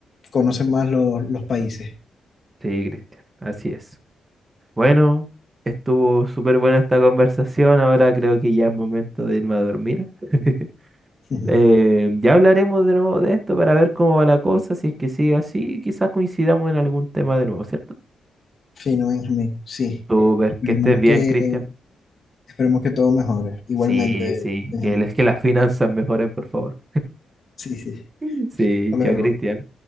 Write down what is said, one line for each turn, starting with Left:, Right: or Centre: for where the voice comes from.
Left: conoce más los, los países.
Right: Sí, Cristian, así es. Bueno, estuvo súper buena esta conversación. Ahora creo que ya es momento de irme a dormir. <laughs>
Left: <laughs> Ujú.
Right: Eh, ya hablaremos de nuevo de esto para ver cómo va la cosa. Si es que sigue así, quizás coincidamos en algún tema de nuevo, ¿cierto?
Left: Fino, Benjamín, sí.
Right: Súper,
Left: Esperemos
Right: que estés bien,
Left: que,
Right: Cristian.
Left: esperemos que todo mejore. Igualmente,
Right: Sí, sí,
Left: Benjamín.
Right: que, les- que las finanzas mejoren, por favor.
Left: Sí, sí. sí.
Right: <laughs> Sí,
Left: Hasta luego.
Right: chao, Cristian.